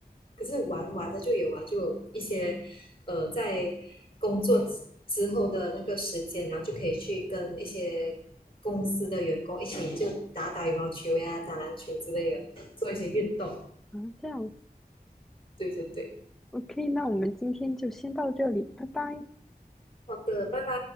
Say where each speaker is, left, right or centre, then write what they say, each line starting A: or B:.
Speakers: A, on the left; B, in the centre.
A: 可是玩玩的就有啊，就有一些呃在工作之之后的那个时间，然后就可以去跟一些公司的员工一起就打打羽毛球呀、打篮球之类的，做一些运动。
B: 嗯啊，这样子
A: 对对对，
B: ，OK，那我们今天就先到这里，拜拜。
A: 好的，拜拜。